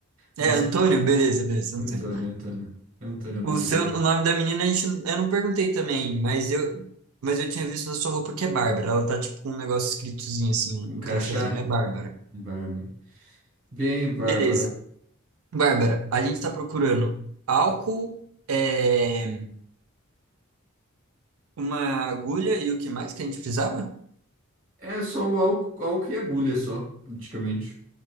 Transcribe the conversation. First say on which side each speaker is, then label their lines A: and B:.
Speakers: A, on the right (about 85°); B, on the right (about 40°).
A: É,
B: né?
A: Antônio, beleza, beleza,
B: Antônio,
A: Antônio.
B: Antônio. É Antônio o nome
A: O seu,
B: dele.
A: o nome da menina a gente, eu não perguntei também, mas eu, mas eu tinha visto na sua roupa que é Bárbara. Ela tá tipo com um negócio escritozinho assim, um,
B: Um crachá?
A: um crachazinho. É Bárbara.
B: Bárbara. Bem, Bárbara.
A: Beleza. Bárbara, a gente tá procurando álcool, eh, uma agulha e o que mais que a gente precisava?
B: É só o álcool, álcool e agulha só, praticamente.